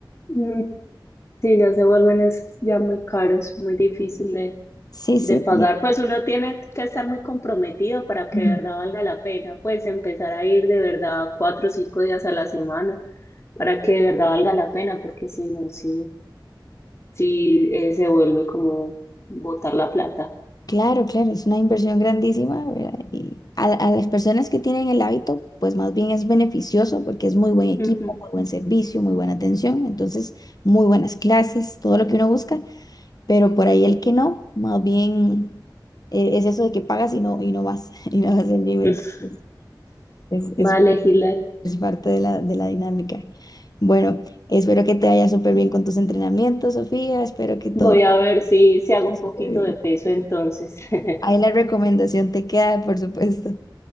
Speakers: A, on the left (about 35°); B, on the left (about 50°).
A: Mm, Sí, ya se vuelven es ya muy caros, muy difícil de,
B: Sí, sí,
A: de pagar.
B: también.
A: Pues uno tiene que estar muy comprometido para que
B: Mm.
A: de verdad valga la pena, pues empezar a ir de verdad cuatro o cinco días a la semana para que de verdad valga la pena, porque si no, sí. sí eh, se vuelve como botar la plata.
B: Claro, claro, es una inversión grandísima, ¿verdad? Y a, a las personas que tienen el hábito, pues más bien es beneficioso porque es muy buen equipo,
A: Ujú.
B: muy buen servicio, muy buena atención, entonces muy buenas clases, todo lo que uno busca. Pero por ahí el que no, más bien eh, es eso de que pagas y no, y no vas, <laughs> y no vas al gym. Entonces,
A: <laughs>
B: es,
A: Vale,
B: es,
A: Gila.
B: es parte de la, de la dinámica. Bueno, espero que te vaya súper bien con tus entrenamientos, Sofía. Espero que todo
A: Voy
B: vaya
A: a ver si, si hago un
B: súper
A: poquito
B: bien.
A: de peso entonces. <laughs>
B: Ahí la recomendación te queda, por supuesto.